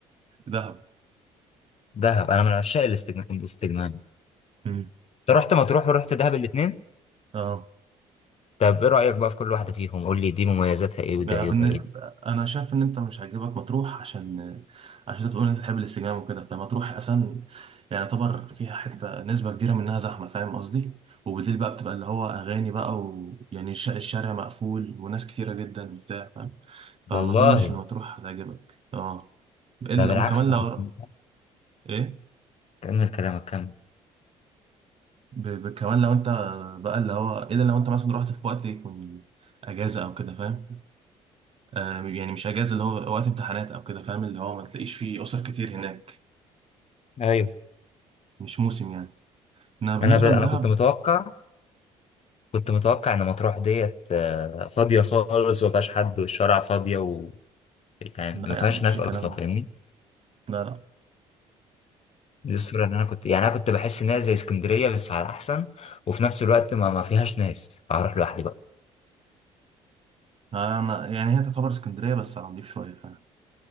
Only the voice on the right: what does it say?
دهب
مم.
اه
بقى
بالن-
انا شايف ان انت مش هيعجبك مطروح عشان عشان انت بتقول ان انت بتحب الاستجمام وكده فمطروح اصلا يعني يعتبر فيها حته نسبه كبيره منها زحمه فاهم قصدي وبالليل بقى بتبقى اللي هو اغاني بقى ويعني الش- الشارع مقفول وناس كتيره جدا وبتاع فاهم فما
اظنش ان مطروح هتعجبك اه الا
وكمان
لو
ايه
ب... ب... كمان لو انت بقى اللي هو الا لو انت مثلا رحت في وقت يكون اجازه او كده فاهم آه، يعني مش اجازه اللي هو وقت امتحانات او كده فاهم اللي هو ما تلاقيش فيه اسر كتير هناك
مش موسم يعني انا بالنسبه
لدهب
لا
يا عم مفيش
الكلام
ده
لا لا
آه، انا يعني هي تعتبر اسكندريه بس على نضيف شويه فاهم